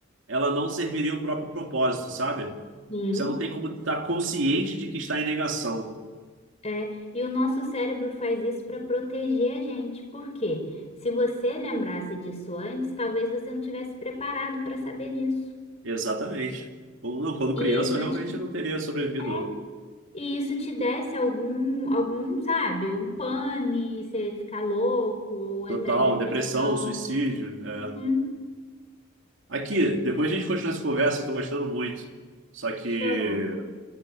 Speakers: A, on the right; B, on the left.
A: ela não serviria o próprio propósito, sabe?
B: Sim.
A: Você não tem como estar consciente de que está em negação.
B: É, e o nosso cérebro faz isso para proteger a gente. Por quê? Se você lembrasse disso antes, talvez você não tivesse preparado para saber disso.
A: Exatamente. Quando, não, quando
B: E
A: criança,
B: isso
A: eu realmente
B: te,
A: não teria sobrevivido.
B: é,
A: não.
B: e isso te desse algum, algum, sabe, um pane, você ficar louco, ou
A: Total,
B: entrar em depressão.
A: depressão, suicídio. é,
B: Uhum.
A: Aqui, depois a gente continua essa conversa, eu tô gostando muito. Só que
B: Show.